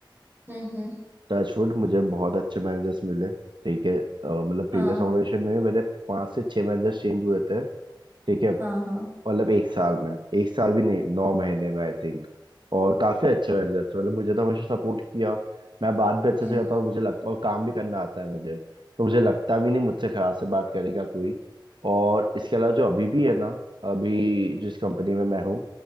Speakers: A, on the right; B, on the right.
A: हम्म हम्म
B: टचवुड मुझे बहुत अच्छे मैनेजर्स मिले ठीक है अ, मतलब प्रीवियस
A: हाँ
B: ऑर्गेनाइजेशन में मेरे पांच से छह मैनेजर्स चेंज हुए थे ठीक है
A: हाँ हाँ
B: मतलब एक साल में एक साल भी नहीं नौ महीने में आई थिंक और काफी अच्छे मैनेजर थे मतलब मुझे तो हमेशा सपोर्ट किया मैं बात भी अच्छे
A: हम्म
B: से करता हूँ मुझे लगता और काम भी करना आता है मुझे तो मुझे लगता भी नहीं मुझसे खराब से बात करेगा कोई और इसके अलावा जो अभी भी है ना अभी जिस कंपनी में मैं हूँ